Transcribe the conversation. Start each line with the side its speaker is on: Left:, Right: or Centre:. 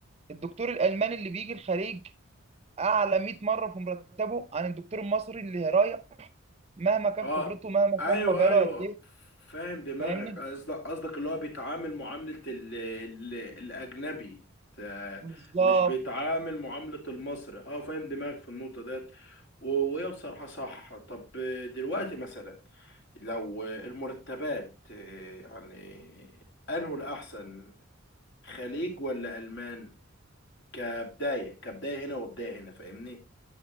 Right: الدكتور الالماني اللي بيجي الخليج اعلى 100 مرة في مرتبه عن الدكتور المصري اللي رايح مهما كان
Left: اه
Right: خبرته مهما كان
Left: ايوه
Right: ما بقاله
Left: ايوه
Right: قد ايه
Left: فاهم دماغك
Right: فاهمني
Left: قصدك قصدك اللي هو بيتعامل معاملة ال ال الأجنبي ت-
Right: بالظبط
Left: مش بيتعامل معاملة المصري اه فاهم دماغك في النقطة ديت و- وهي بصراحة صح طب دلوقتي مثلا لو المرتبات آه، يعني أنه الأحسن خليج ولا ألمان كبداية كبداية هنا وبداية هنا فاهمني